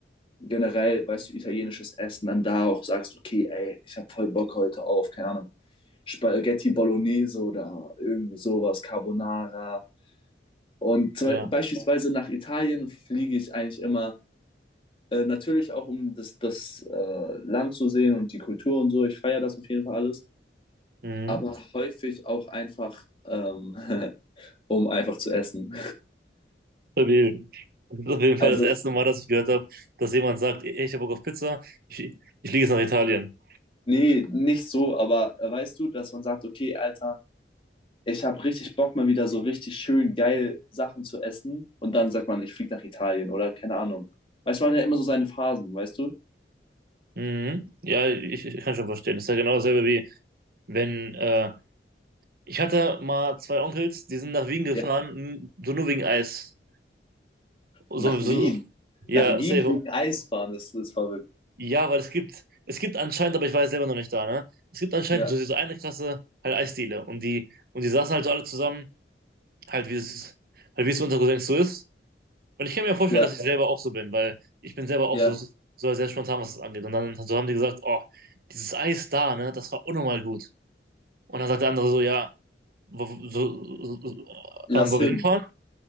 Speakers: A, on the left; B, on the right.
A: generell, weißt du, italienisches Essen, dann da auch sagst, okay, ey, ich habe voll Bock heute auf, keine Ahnung, Spaghetti Bolognese oder irgendwie sowas, Carbonara. Und zum,
B: Ja.
A: Be- beispielsweise nach Italien fliege ich eigentlich immer, äh, natürlich auch um das, das äh, Land zu sehen und die Kultur und so. Ich feiere das auf jeden Fall alles,
B: Mhm.
A: aber häufig auch einfach, ähm, <laughs> um einfach zu essen.
B: Stabil. Das ist auf jeden Fall
A: Also,
B: das erste Mal, dass ich gehört habe, dass jemand sagt, ey, ich habe Bock auf Pizza, ich, ich fliege jetzt nach Italien.
A: nee, nicht so, aber äh, weißt du, dass man sagt, okay, Alter, ich habe richtig Bock, mal wieder so richtig schön geil Sachen zu essen. Und dann sagt man, ich fliege nach Italien oder keine Ahnung. Weißt du, man hat ja immer so seine Phasen, weißt du?
B: Mhm. Ja, ich, ich kann schon verstehen. Das ist ja genau dasselbe wie wenn, äh, ich hatte mal zwei Onkels, die sind nach Wien gefahren,
A: Ja,
B: m, so nur wegen Eis. So,
A: nach
B: so,
A: Wien.
B: ja,
A: Nach Wien
B: safe.
A: wegen Eisbahn, das ist verrückt.
B: Ja, weil es gibt, es gibt anscheinend, aber ich war jetzt selber noch nicht da, ne? Es gibt anscheinend
A: Ja,
B: so diese eine Klasse, halt Eisdiele. Und die, und die saßen halt so alle zusammen, halt wie es, halt wie es unter Cousins so ist. Und ich kann mir vorstellen,
A: ja,
B: dass ich selber auch so bin, weil ich bin selber auch
A: ja.
B: so, so sehr spontan, was das angeht. Und dann so haben die gesagt, oh, dieses Eis da, ne, das war unnormal gut. Und dann sagt der andere so, ja, wo, wo- so, so,
A: Lass
B: ähm, wo
A: hin.
B: wir hinfahren?